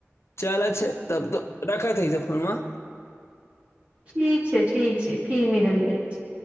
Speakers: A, on the left; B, on the right.
A: चल छै तब तो रखैत ही तब फोनमा
B: ठीक छै ठीक छै फिर मिलल जाइ छै